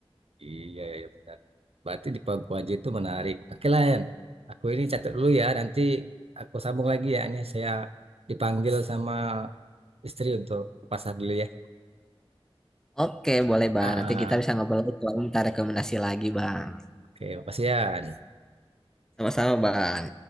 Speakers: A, on the right (about 80°); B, in the centre.
A: Iya, iya iya, benar. Berarti di pagu Paguaji itu menarik. Oke lah, Yan. Aku ini catat dulu ya. Nanti aku sambung lagi ya. Ini saya dipanggil sama istri untuk ke pasar dulu ya.
B: oke boleh bang
A: Ah,
B: nanti kita
A: ah.
B: bisa ngobrol lagi kalau minta rekomendasi lagi bang
A: oke, makasih, Yan.
B: sama-sama bang